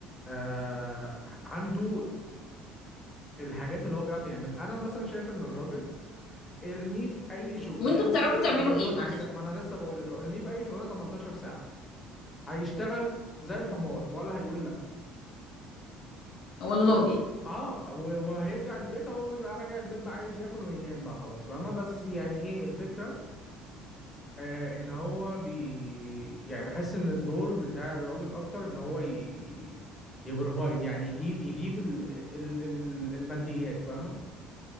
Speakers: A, on the left (about 25°); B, on the left (about 65°).
A: آه عنده الحاجات اللي هو بيعرف يعملها انا مثلا شايف ان الراجل ارميه في اي شغلانه
B: وانتوا بتعرفوا تعملوا
A: 18
B: ايه معلش
A: ساعه ما انا لسه بقول لك أهو، ارميه في اي شغلانه 18 ساعه هيشتغل زي الحمار ولا هيقول لا
B: والله
A: و... اه و- وهيرجع البيت هو بيبقى راجع البيت بقى عايز ياكل وينام بقى خلاص فاهمه بس يعني ايه الفكره آه ان هو بي يعني بحس ان الدور بتاع الراجل اكتر ان هو ي... يبروفايد يعني يجيب يجيب ال... ال... ال... الماديات فاهمه